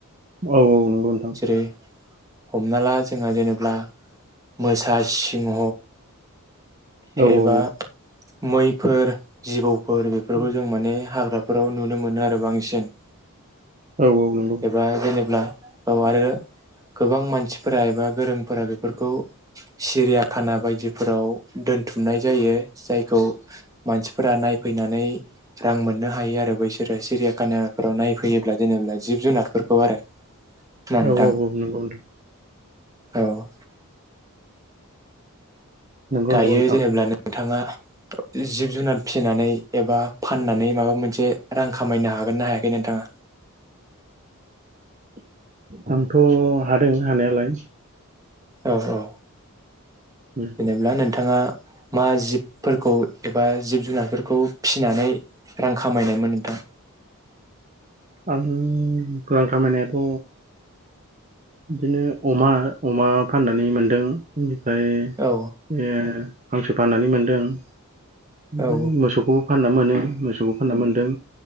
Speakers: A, on the right (about 35°); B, on the right (about 15°).
A: औ औ नंगौ नोंथां।
B: जेरै हमना ला जोंहा जेनेब्ला, मोसा, सिंह,
A: औ औ
B: एबा
A: औ
B: मैफोर, जिबौफोर, बेफोरखौ
A: औ
B: जों माने हाग्रा फोराव नुनो मोनो आरो बांसिन।
A: औ औ नंगौ।
B: एबा जेनेब्ला औ आरो गोबां मानसिफोरा एबा गोरोंफोरा बेफोरखौ सिरिया खाना बायदिफोराव दोन बुथुमनाय जायो। जायखौ मानसिफोरा नायफैनानै रां मोननो हायो आरो बैसोरो सिरिया कानाफोराव नायफैयोब्ला जेनेब ना जिब जुनारफोरखौ आरो। ना
A: औ
B: नोंथां
A: औ औ नंगौ नोंथां।
B: औ।
A: नंगौ
B: दायो
A: नंगौ नोंथां
B: जेनेब्लानों नोंथाङा जिब जुनार फिसिनानै एबा फाननानै माबा मोनसे रां खामायनो हागोन मोननो हायाखै नोंथाङा?
A: <unintelligible> आंथ' हादों हानायालाय।
B: औ औ
A: उम
B: जेनेबा नोंथाङा मा जिबफोरखौ एबा जिब जुनारफोरखौ फिसिनानै रां खामायनायमोन नोंथां?
A: आं रां खामायनायाथ' बिदिनो अमा अमा फाननानै मोनदों ओमफ्राय
B: औ
A: ओ हांसो फाननानै मोनदों। ओमफ्राय
B: औ
A: मोसौखौबो फानना मोनो, मोसौखौ फानना मोनदों।